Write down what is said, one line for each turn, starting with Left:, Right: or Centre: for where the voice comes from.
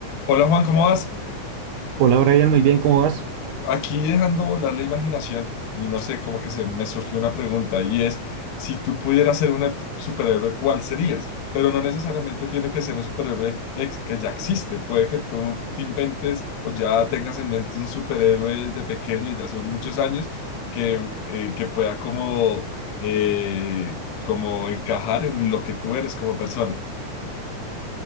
Left: Hola Juan, ¿cómo vas?
Right: Hola Brian, muy bien, ¿cómo vas?
Left: Aquí dejando volar la imaginación y no sé, como que se me surgió una pregunta y es, si tú pudieras ser un superhéroe, ¿cuál serías? Pero no necesariamente tiene que ser un superhéroe ex- que ya existe, puede que tú te inventes o ya tengas en mente un superhéroe desde pequeño, desde hace muchos años, que, eh, que pueda como, eh, como encajar en lo que tú eres como persona.